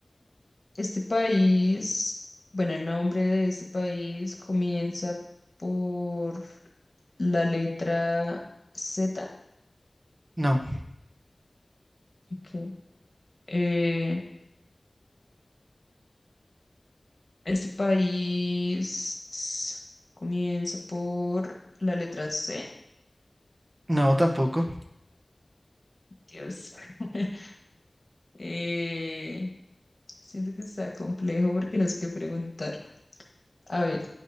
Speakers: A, on the left; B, on the right.
A: este país, bueno, el nombre de este país comienza por la letra Z.
B: No,
A: Ok. Eh, este país comienza por la letra C.
B: no, tampoco.
A: Dios. <laughs> Eh, siento que está complejo porque no sé qué preguntar. A ver,